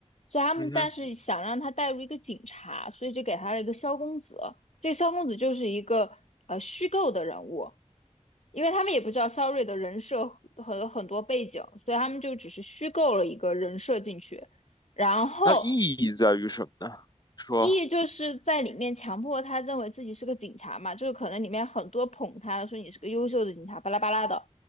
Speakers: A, on the left; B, on the left.
A: 所以他们但是想让他带入一个警察，
B: 嗯哼，
A: 所以就给他了一个萧公子。这个萧公子就是一个呃虚构的人物，因为他们也不知道萧睿的人设和很多背景，所以他们就只是虚构了一个人设进去，然后
B: 那意义在于什么呢？说，
A: E 就是在里面强迫他认为自己是个警察嘛，就是可能里面很多捧他的，说你是个优秀的警察，巴拉巴拉的。